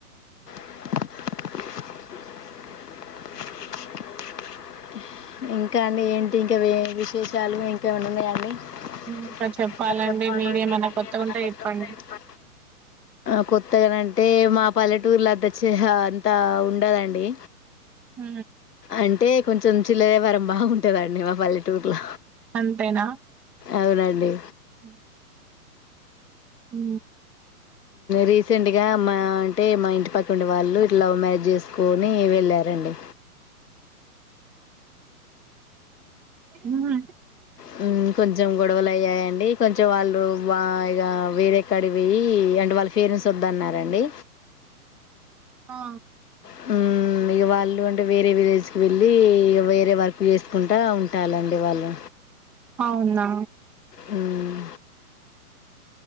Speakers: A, on the left (about 80°); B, in the centre.
A: <unintelligible> ఇం కానీ ఏంటి ఇంకా విశేషాలు ఇంకా ఏమయినా ఉన్నాయ అండి <unintelligible>
B: ఇంకా చెప్పాలండి
A: చెప్పాలి
B: మీరేమన్నా
A: అండి మీరు
B: కొత్తగుంటే
A: ఏమి
B: చెప్పండి
A: అయిన <inaudible> కొత్తగా టే మా పల్లెటూర్ల ద్ద చిహా అంతా ఉండదండి
B: హ
A: అంటే కొంచెం చిల్లరెవ్వరం బాగుంటుదండి మా పల్లెటూర్లో
B: అంతేనా
A: అవునండి
B: ఉ హ
A: రీసెంట్ గా మా అంటే మా ఇంటి పక్క ఉండే వాళ్ళు ఇ లవ్ మ్యారేజ్ చేసు కొని వెళ్ళారండి
B: ఉహు
A: హమ్ కొంచెం గొడవలు అయ్యాయండి కొంచెం వాళ్ళుా ఇక వేరేక్కడి పోయి అంటే వాళ్ళ పేరెంట్స్ వద్దన్నారండి
B: ఆ
A: హ్మ్మ్ మీ వాళ్ళు అంటే వేరే విలేజ్కి వెల్లి వేరే వర్క్ చేసుకుంటా ఉ టా లండి వాళ్ళు
B: అవునా
A: హ్మ్మ్